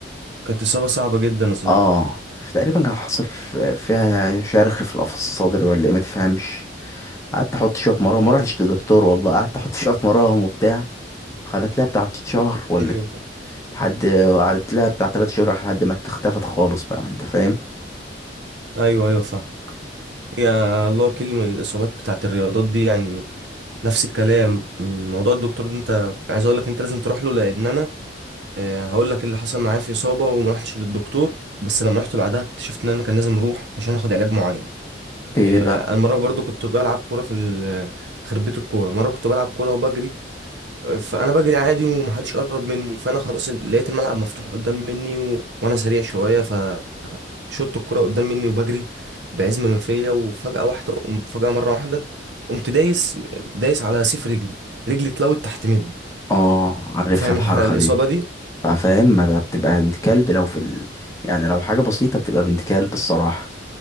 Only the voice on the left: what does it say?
اه تقريبا كان حصل في- فيها شرخ في القفص الصدري ولا ايه ما تفهمش قعدت احط شويه مراهم
ما رحتش لدكتور والله قعدت احط شويه مراهم وبتاع خلت لها بتاع تلت شهر ولا
لحد قعدت لها بتاع تلات شهور لحد ما اختفت خالص بقى انت فاهم
ايه
بقى
اه عارفها
الحركة
دي
فاهم ما ده بتبقى بنت كلب لو في ال... يعني لو حاجة بسيطة بتبقى بنت كلب الصراحة